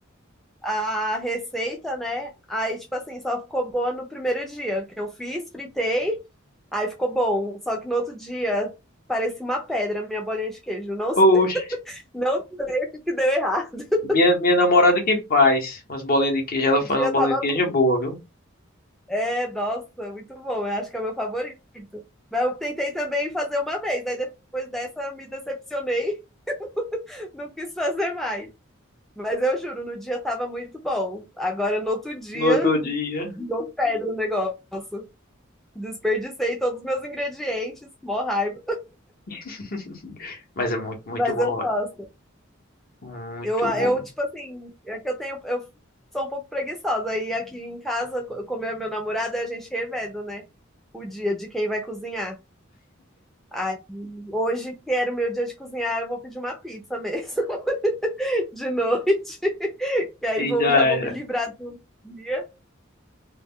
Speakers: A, in the centre; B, on the left.
A: a receita, né? Aí, tipo assim, só ficou boa no primeiro dia que eu fiz, fritei, aí ficou bom. Só que no outro dia parecia uma pedra a minha bolinha de queijo. Não,
B: Oxe,
A: sei- não sei o que deu errado. <laughs>
B: minha, minha namorada que faz umas bolinhas de queijo. Ela
A: No
B: faz
A: dia
B: umas bolinhas
A: tava
B: de queijo
A: bom.
B: boa, viu?
A: É, nossa, muito bom. Eu acho que é o meu favorito. Mas eu tentei também fazer uma vez, aí depois dessa me decepcionei, <laughs> não quis fazer mais. Mas eu juro, no dia tava muito bom. Agora no outro dia,
B: No outro dia.
A: deu pedra o negócio. Desperdicei todos os meus ingredientes, mó raiva,
B: <laughs> Mas é muito, muito
A: mas
B: bom,
A: eu gosto.
B: velho. Muito
A: Eu, eu
B: bom. mesmo.
A: tipo assim, é que eu tenho, eu sou um pouco preguiçosa. Aí aqui em casa, co- como é meu namorado, a gente reveza, né? O dia de quem vai cozinhar. Aí, hoje, que era o meu dia de cozinhar, eu vou pedir uma pizza mesmo, <laughs> de noite. <laughs> Que aí
B: E
A: vou,
B: já
A: já
B: é.
A: vou me livrar do dia,